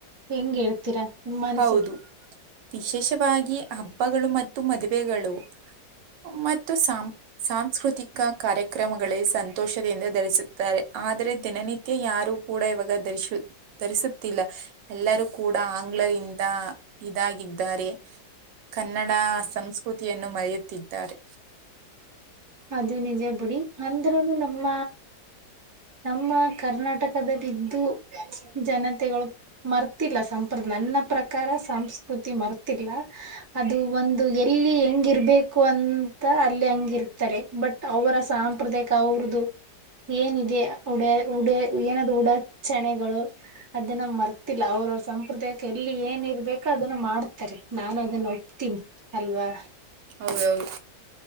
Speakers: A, on the right; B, on the right.
A: ಹೆಂಗ್ ಹೇಳ್ತೀರಾ ನಿಮ್ಮ ಅನಿಸಿಕೆ
B: ಹೌದು ವಿಶೇಷವಾಗಿ ಹಬ್ಬಗಳು ಮತ್ತು ಮದುವೆಗಳು ಮ ಮತ್ತು ಸಾಂ ಸಾಂಸ್ಕೃತಿಕ ಕಾರ್ಯಕ್ರಮಗಳಗಳಲ್ಲಿ ಸಂತೋಷದೆಯಿಂದ ಧರಿಸ ಆದ್ರೆ ದಿನನಿತ್ಯ ಯಾರು ಕೂಡ ಇವಾಗ ಧರಿಸ ಧರಿಸುತ್ತಿಲ್ಲ ಎಲ್ಲರೂ ಕೂಡ ಆಂಗ್ಲರಿಂದ ಇದಾಗಿದ್ದಾರೆ ಕನ್ನಡ ಸಂಸ್ಕೃತಿಯನ್ನು ಮರೆಯುತ್ತಿದ್ದಾರೆ
A: ಅದು ನಿಜ ಬಿುಡಿ ಅಂದ್ರೂನು ನಮ್ಮ ನಮ್ಮ ಕರ್ನಾಟಕಲ್ಲ್ದು ಜನತೆಗಳು ಮರ್ತಿಲ್ಲ ಸಂಪ್ರದ ನನ್ನ ಪ್ರಕಾರ ಸಂಸ್ಕೃತಿ ಮರ್ತಿಲ್ಲ ಅದು ಒಂದು ದಲ್ಲಿಯನ್ ಹಂಗಿರ್ಬೇಕು ಅಂತ ಅಲ್ಲಿ ಹಂಗಿರ್ತಾರೆ ಬಟ್ ಅವರ ಸಾಂಪ್ರದಾಯಿಕ ಅವರದುು ಏನಿದೆ ಉಡ ಉಡ ಏನಾದೂ ಉಡಾ ಚಣೆಗಳು ಅದನ್ನ ಮರ್ತಿಲ್ಲ ಅವ್ರವ್ರ ಸಂಪ್ರದಾಯಕ್ಕೆ ಎಲ್ಲಿ ಏನ್ ಇರ್ಬೇಕು ಅದನ್ನ ಮಾಡ್ತಾರೆ ನಾನು ಅದನ್ನ ಒಪ್ತೀನಿ ಅಲ್ವಾ
B: ಹೌದೌದು